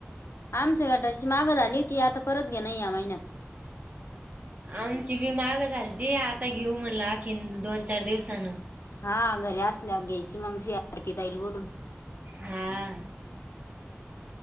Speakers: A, on the left; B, on the right.
A: आमच्या गटाची मागं झाली ती आता परत घेण या महिन्यात
B: आमची बी माग झाली त आता घेऊ म्हटलं अखीन दोन चार दिवसान
A: हा घरी असल्यावर घ्यायची मग सी आर पीताईल बोलून
B: हा
A: हम्म